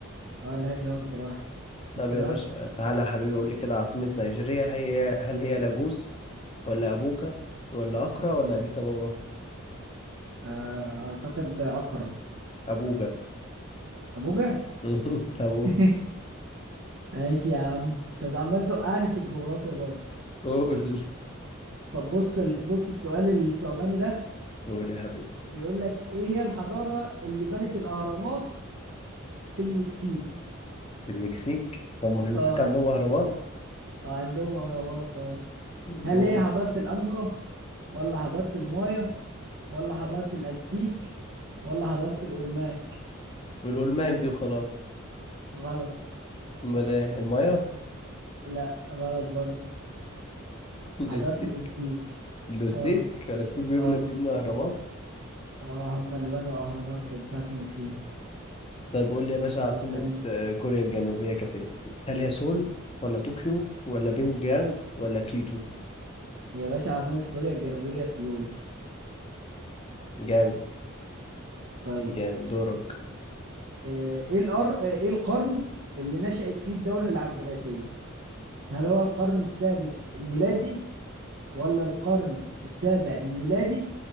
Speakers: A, on the right; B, on the left.
A: اه الهادي هو اكبر واحد شفت
B: طب يا
A: بقى
B: باشا تعالى يا حبيبي قول لي كده عاصمة نيجيريا هي هل هي لاجوس ولا أبوجا ولا أكرا ولا أديس أبابا
A: آه اعتقد اقرا
B: أبوجا
A: ابوجا
B: <laughs> أبوجا
A: <laughs> ماشي يا عم انت عمال توقعني في الجغرافيا برضه
B: قول
A: طب بص ال... بص السؤال الثعباني ده
B: قول يا حبيبي
A: بيقول لك ايه هي الحضارة اللي بنت الأهرامات في المكسيك
B: في المكسيك هم في المكسيك
A: اه
B: عندهم أهرامات
A: اه عندهم أهرامات اه
B: نقول
A: هل هي حضارة الأنكا ولا حضارة المايا ولا حضارة الأزتيك ولا حضارة الأولماك
B: نقول الماك دي وخلاص
A: غلط
B: أمال إيه المايا
A: لا غلط برضه
B: <laughs> الاستيك
A: حضارة الأزتيك
B: الاستيك
A: اه
B: الاستيك بيبنوا
A: اه
B: بيبنوا أهرامات
A: اه هم اللي بنوا أهرامات في بتاعة المكسيك
B: طيب قول لي يا باشا
A: طب
B: عاصمة
A: اسألني
B: آه، كوريا الجنوبية كانت إيه هل هي سول ولا طوكيو ولا بينج يانج ولا كيتو
A: يا باشا عاصمة كوريا الجنوبية سيول
B: جامد
A: طيب
B: جامد دورك
A: آه، ايه الأر... آه، ايه القرن اللي نشأت فيه الدولة العباسية هل هو القرن السادس الميلادي ولا القرن السابع الميلادي